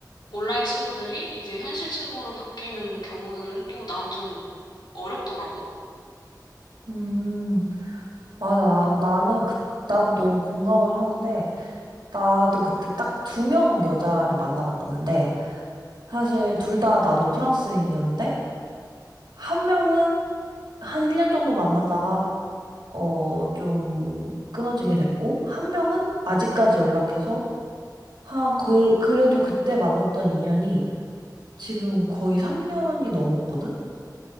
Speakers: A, on the left; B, on the right.
A: 온라인 친구들이 이제 현실 친구로 바뀌는 경우들은 또 난 좀 어렵더라고.
B: 음, 맞아. 나- 나는 그, 나도 너무 공감을 하는데, 나도 그때 딱 두 명 여자를 만나봤는데, 사실 둘 다 나도 프랑스인이었는데, 한 명은 한 1년 정도 만나다가, 어, 좀 끊어지게 됐고, 한 명은 아직까지 연락해서, 한, 그, 그래도 그때 만났던 인연이 지금 거의 3년이 넘었거든?